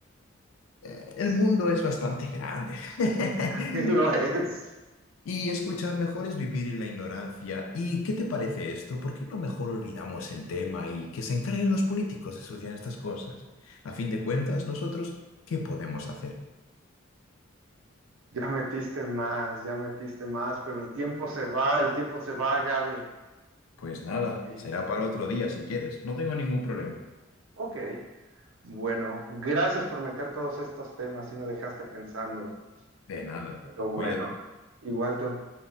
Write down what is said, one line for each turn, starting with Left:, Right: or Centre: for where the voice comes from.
Left: Eh,
Right: es-
Left: El mundo es bastante grande. <laughs>
Right: <laughs> lo es.
Left: Y escucha, mejor es vivir en la ignorancia. ¿Y qué te parece esto? ¿Por qué no mejor olvidamos el tema y que se encarguen los políticos de solucionar estas cosas? A fin de cuentas, nosotros, ¿qué podemos hacer?
Right: Ya metiste más, ya metiste más, pero el tiempo se va, el tiempo se va, Gaby.
Left: Pues nada,
Right: Y,
Left: será para otro día si quieres. No tengo ningún problema.
Right: ok. Bueno, gracias por meter todos estos temas y me dejaste pensando,
Left: De nada.
Right: pero bueno,
Left: Cuídate.
Right: igual tú.